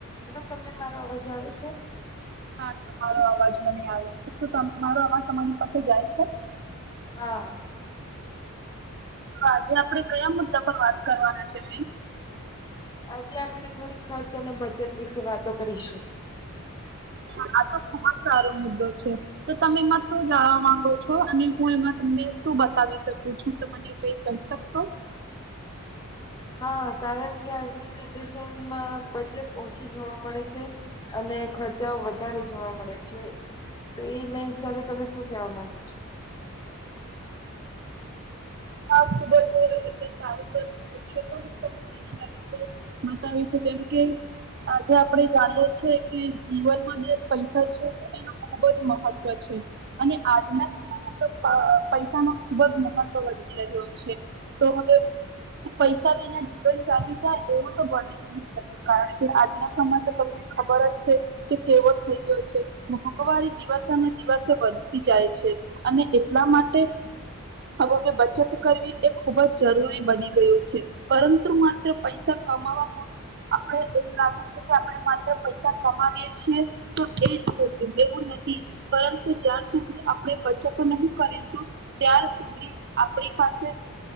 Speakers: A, on the left; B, on the right.
A: Hello, તમને મારો અવાજ આવે છે?
B: હા તમારો અવાજ મને આવે છે. શું મારો અવાજ તમારી પાસે જાય છે?
A: હા.
B: તો આજે આપડે કયા મુદ્દા પર વાત કરવાના છે બેન.
A: આજે આપણે થોડી ખર્ચ અને બચત વિશે વાતો કરીશું.
B: હ આ તો ખુબ જ સારો મુદ્દો છે તો તમે એમાં શું જાણવા માંગો છો અને હું એમાં તમને શું બતાવી શકું છું તો મને કઈ કહી શકશો.
A: હા કારણ કે આજની જનરેશનમાં બચત ઓછી જોવા મળે છે, અને ખર્ચાઓ વધારે જોવા મળે છે, તો એના હિસાબે તમે શું કેવા માંગો છો?
B: હા ખુબ જ એટલે સારું પ્રશ્ન પૂછો તો હું તમને એના વિશે બતાવીશું જેમ કે આજે આપણે જાણીએ છેએ કે જીવનમાં જે પૈસા છે એનો ખુબ જ મહત્વ છે, અને આજના સમયમાં તો પ પૈસા નો ખુબ જ મહત્વ વધી રહ્યો છે. તો હવે પૈસા વિના જીવન ચાલી જાય એવું તો બની જ નહી શકે કારણ કે આજના સમય તો તમને ખબર જ છે કે કેવો થઈ ગયો છે મોંઘવારી દિવસેને દિવસે વધતી જાય છે અને એટલા માટે હવે વે બચત કરવી એ ખુબ જ જરૂરી બની ગયું છે, પરંતુ માત્ર પૈસા કમાવા પરું આપણે એમ લાગે છે કે આપણે માત્ર પૈસા કમાવીએ છીએ તો એ હોતું એવું નથી પરંતુ જ્યાં સુધી આપણે બચતો નહી કરીશું ત્યાર સુધી આપની પાસે